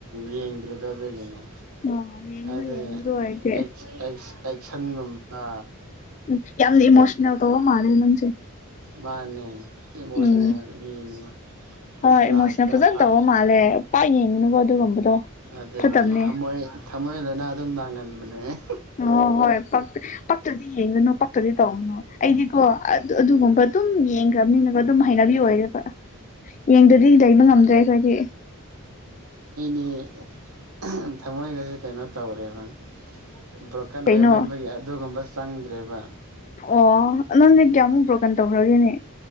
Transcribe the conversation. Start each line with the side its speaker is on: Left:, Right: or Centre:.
Right: ꯌꯦꯡꯗ꯭ꯔꯤꯗꯣ ꯑꯗꯨꯒꯤꯅꯤ
Left: ꯑꯣ ꯌꯦꯡꯂꯣ
Right: ꯑꯗꯩ
Left: ꯌꯦꯡꯕꯗꯣ ꯑꯣꯏꯔꯗꯤ
Right: ꯑꯩꯁ ꯑꯩꯁ ꯑꯩꯁ ꯁꯟ ꯒꯨꯝꯕ
Left: ꯎꯝ ꯌꯥꯝꯅ ꯏꯃꯣꯁꯅꯦꯜ ꯇꯧꯕ ꯃꯥꯜꯂꯦ ꯅꯪꯁꯦ
Right: ꯃꯥꯅꯦ ꯏꯃꯣꯁꯅꯦꯜ
Left: ꯎꯝ
Right: ꯃꯤꯅꯤ
Left: ꯍꯣꯏ
Right: ꯂꯥꯁꯇ
Left: ꯏꯃꯣꯁꯅꯦꯜ ꯐꯖꯅ
Right: ꯍꯥꯠ
Left: ꯇꯧꯕ ꯃꯥꯜꯂꯦ ꯄꯥꯛ ꯌꯦꯡꯒꯅꯨꯀꯣ ꯑꯗꯨꯒꯨꯝꯕꯗꯣ
Right: ꯑꯗꯨꯅꯦ
Left: ꯐꯠꯇꯕꯅꯦ
Right: ꯊꯝꯃꯣꯏ ꯊꯝꯃꯣꯏ ꯂꯩꯅꯥ ꯑꯗꯨꯝ ꯅꯥꯒꯟꯕꯅꯦ <unintelligible>
Left: ꯑꯣ ꯍꯣꯏ ꯄꯛ ꯄꯛꯇ꯭ꯔꯗꯤ ꯌꯦꯡꯒꯅꯨ ꯄꯛꯇ꯭ꯔꯗꯤ ꯇꯧꯒꯅꯨ ꯑꯩꯗꯤꯀꯣ ꯑꯗꯨ ꯑꯗꯨꯒꯨꯝꯕ ꯑꯗꯨꯝ ꯌꯦꯡꯒ꯭ꯔꯝꯅꯤꯅꯀꯣ ꯑꯗꯨꯝ ꯍꯩꯅꯕꯤ ꯑꯣꯏꯌꯦꯕ ꯌꯦꯡꯗꯗꯤ ꯂꯩꯕ ꯉꯝꯗ꯭ꯔꯦ ꯑꯩꯈꯣꯏꯗꯤ
Right: ꯃꯤ ꯑꯍꯝ ꯊꯃꯣꯏꯒꯁꯦ ꯀꯩꯅꯣ ꯇꯧꯔꯦꯕ ꯕ꯭ꯔꯣꯀꯟ
Left: ꯀꯩꯅꯣ
Right: ꯑꯣꯏꯃꯟꯕꯒꯤ ꯑꯗꯨꯒꯨꯝꯕ ꯆꯪꯗ꯭ꯔꯦꯕ
Left: ꯑꯣ ꯅꯪꯗꯤ ꯀꯌꯥꯃꯨꯛ ꯕ꯭ꯔꯣꯀꯟ ꯇꯧꯈ꯭ꯔꯒꯦꯅꯦ